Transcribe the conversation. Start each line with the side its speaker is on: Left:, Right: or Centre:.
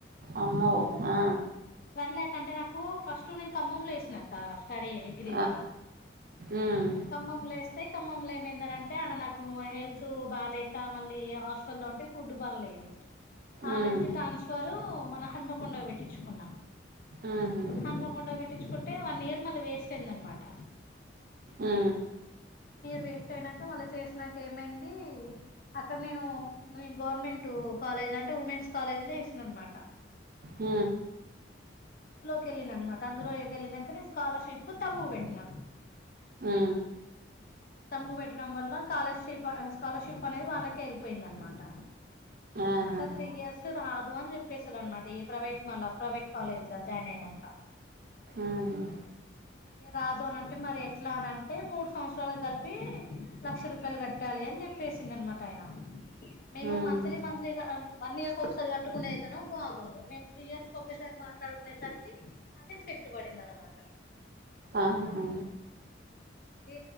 Right: అమ్మో ఆ
Left: వన్ ల్యాక్ అంటే నాకు ఫస్ట్ నేను కమ్మమ్ల చేసినక్క <unintelligible> డిగ్రీది
Right: ఆ ఉమ్
Left: ఖమ్మం లో చేస్తే తే ఖమ్మం లో ఏమైందనంటే ఆడ నాకు హెల్త్ బాలేక మళ్ళీ హాస్టల్లో ఉంటే ఫుడ్ పడలేదు ఆనుంచి
Right: ఉమ్
Left: ట్రాన్స్ఫర్ మన హనుమకొండ కి పెట్టించుకున్నా
Right: ఉహు
Left: హన్మకొండ కి పెట్టించుకుంటే వన్ ఇయర్ మళ్ళీ వేస్ట్ అయిందనమాట
Right: హ్మ
Left: వేస్ట్ అయినాక మళ్ళ చేసినాక ఏమైందీ అక్కడ నేను గోర్మెంటు కాలేజ్ లేదంటే ఉమెన్స్ కాలేజ్ లో చేసింది అనమాట
Right: హ
Left: కెళ్ళినా అనమాట అందులో కెళ్ళినాక నేను స్కాలర్షిప్ కు తమ్ము పెట్టినా
Right: హూ
Left: తంబు పెట్టడం వల్ల కాలేజ్ స్కాలర్షిప్ అనేది వాళ్ళకే వెళ్ల్పోయింది అనమాట
Right: ఆహా
Left: అట్లా త్రీ ఇయర్స్ రాదు అని చెప్పేసరు అనమాట ఈ ప్రైవేట్ మళ్ళ ప్రైవేట్ కాలేజీ లో జాయిన్ అయినాక
Right: ఉహు
Left: రాదు అనంటే మరి ఎట్లా అనీ అంటే మూడు సంవత్సరాలకి కలిపి పి లక్ష రూపాయలు కట్టాలి అని చెప్పేసిండు అనమాట ఆయన మేము
Right: ఉమ్
Left: మంత్లీ మంత్లీగా వన్ ఇయర్ ఒకసారి కట్టుకునేదైతనో బాగుండు మేము త్రీ ఇయర్స్ ఒకేసారి మాట్లాడుకునేసరికి అది ఎఫెక్ట్ పడింది దనమాట
Right: ఆహా
Left: ఏ